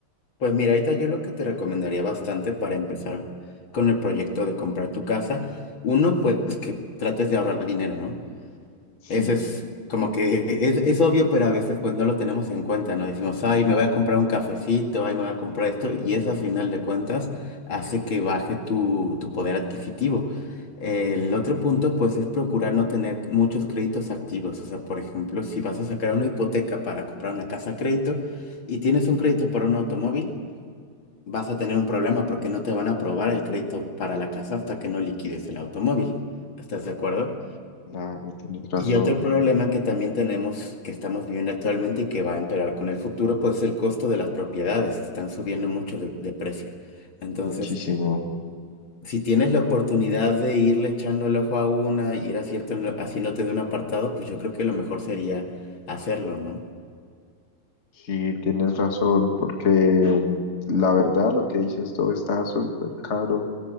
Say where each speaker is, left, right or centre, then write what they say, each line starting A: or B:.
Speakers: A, on the left (about 65°); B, on the left (about 35°).
A: Pues mira, ahorita yo lo que te recomendaría bastante para empezar con el proyecto de comprar tu casa, uno, pues que trates de ahorrar dinero, ¿no?
B: Sí,
A: Ese es como que es, es obvio, pero a veces pues no lo tenemos en cuenta, ¿no? Decimos, ay, me voy a comprar un cafecito, ay, me voy a comprar esto, y eso a final de cuentas hace que baje tu, tu poder adquisitivo. El otro punto, pues, es procurar no tener muchos créditos activos. O sea, por ejemplo, si vas a sacar una hipoteca para comprar una casa a crédito y tienes un crédito para un automóvil, vas a tener un problema porque no te van a aprobar el crédito para la casa hasta que no liquides el automóvil. ¿Estás de acuerdo?
B: claro, tienes razón,
A: Y otro problema que también tenemos, que estamos viviendo actualmente y que va a empeorar con el futuro, pues es el costo de las propiedades. Están subiendo mucho de, de precio. Entonces,
B: muchísimo.
A: si tienes la oportunidad de irle echando el ojo a una y ir acierto- haciéndote de un apartado, pues yo creo que lo mejor sería hacerlo, ¿no?
B: Sí, tienes razón, porque la verdad lo que dices todo está súper caro